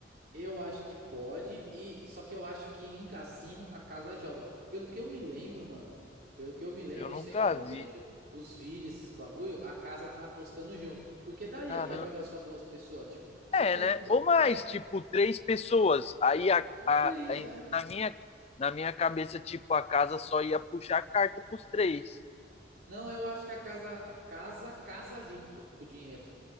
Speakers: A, on the right; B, on the left.
A: Eu acho que pode, e só que eu acho que em cassino a casa joga. Pelo que eu me lembro, mano, pelo que eu me lembro,
B: Eu nunca
A: sempre que eu
B: vi.
A: vejo os vídeos, esses bagulho, a casa tá apostando junto. Porque daria
B: Caramba.
A: pra jogar só duas pessoas, tipo, só
B: É,
A: que no
B: né?
A: po-
B: Ou mais,
A: é,
B: tipo, três pessoas. Aí a,
A: ou
B: a,
A: três,
B: a-
A: é.
B: na minha, na minha cabeça, tipo, a casa só ia puxar a carta pros três.
A: Não, eu acho que a casa a casa casa junto com o dinheiro.